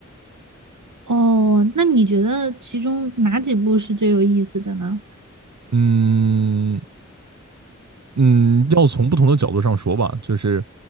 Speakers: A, on the right; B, on the right.
A: 哦，那你觉得其中哪几部是最有意思的呢？
B: 嗯嗯，要从不同的角度上说吧，就是